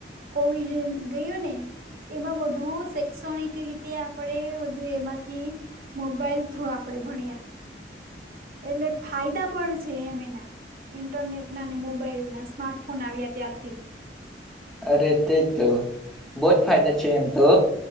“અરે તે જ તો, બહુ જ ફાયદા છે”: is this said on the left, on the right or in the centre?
Centre